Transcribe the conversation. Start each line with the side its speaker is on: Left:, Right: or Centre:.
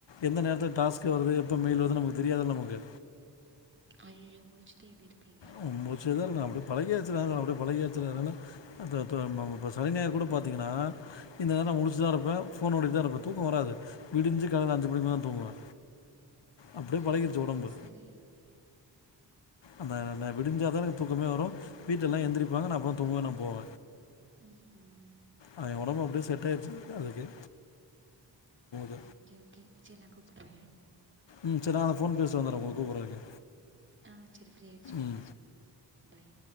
Left: எந்த நேரத்துல டாஸ்க் வருது எப்ப மெயில் வருதுனு நமக்கு தெரியாதுல்ல நமக்கு
Right: அய்யயோ முழிச்சுடே எப்டிருப்பீங்க
Left: நம்ம முழிச்சேதா இருக்கனு அப்டி பழகியாச்சுல அதனால அப்டி பழகியாச்சுல அதனால அதாஅ தா நம்ம இப்ப சனிஞாயர் கூட பாத்தீங்கன்னா இந்த நேரோ முழிச்சுதா இருப்பே ஃபோன் நேண்டிட்டு தா இருப்பே தூக்க வராது விடிஞ்சி காலைல அஞ்சு மணிக்கு மேல தா தூங்குவே அப்டியே
Right: ஐயா
Left: பழகிருச்சு
Right: ஐயா
Left: ஒடம்பு
Right: அது சரி
Left: அந்த ன்ன விடிஞ்சாதா எனக்கு தூக்கமே வரு வீட்லல்லா எந்திரிப்பாங்க நா அப்பதா தூங்கவே நா போவ
Right: ம்ஹ்ம்
Left: ஆ எ ஒடம்பு அப்டியே செட் ஆயிருச்சு அதுக்கு <unintelligible>
Right: ஓகே ஓகே சேரி நா கூப்பட்ற
Left: ம் சேரி நா அதா ஃபோன் பேசிட்டு வந்தர்ற உங்களுக் கூப்பட்ற இருங்க
Right: ஆ செரி ஃப்ரீ ஆய்டு சொல்லுங்க
Left: ம்
Right: பாய்